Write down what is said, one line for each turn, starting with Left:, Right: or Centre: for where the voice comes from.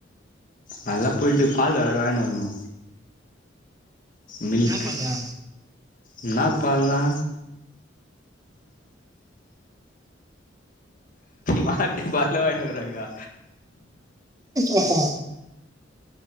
Left: நல்லா போயிட்டு பால் வேற வாங்கினு வரணு மில்க்
Right: என்ன பண்ணல
Left: என்னா பால்ணா மாட்டு பால்தா வாயனு வருவாங்கோ
Right: ஓஹோ